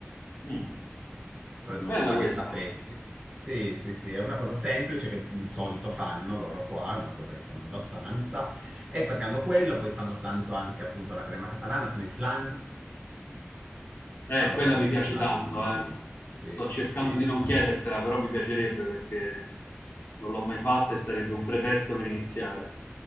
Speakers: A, on the left; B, on the right.
A: Mm.
B: Prendono
A: Bella
B: la baghetta
A: questa.
B: a pezzi. Sì, sì, sì, sì, è una cosa semplice che di solito fanno loro qua, è una cosa che fanno abbastanza. E perché hanno quello, poi fanno tanto anche appunto la crema catalana, sono i flan.
A: Eh,
B: Fanno
A: quella
B: tanto
A: mi
B: anche
A: piace
B: i flan
A: tanto,
B: di...
A: eh.
B: Sì,
A: Sto
B: sì,
A: cercando
B: sì.
A: di non chiedertela, però mi piacerebbe perché non l'ho mai fatta e sarebbe un pretesto per iniziare.